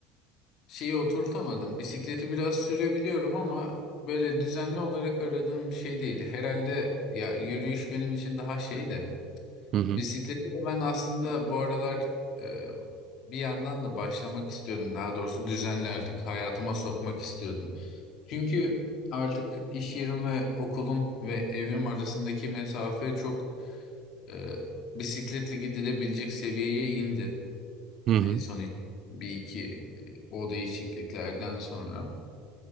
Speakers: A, on the left (about 45°); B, on the right (about 35°).
A: şeyi oturtamadım. Bisikleti biraz sürebiliyorum ama böyle düzenli olarak aradığım bir şey değildi. Herhalde ya yürüyüş benim için daha şey de
B: Hı hı.
A: Bisiklete de ben aslında bu aralar e, bir yandan da başlamak istiyordum. Daha doğrusu düzenli artık hayatıma sokmak istiyordum. Çünkü artık iş yerim ve okulum ve evim arasındaki mesafe çok e, bisikletle gidilebilecek seviyeye indi.
B: Hı hı.
A: En son bir iki e, o değişikliklerden sonra.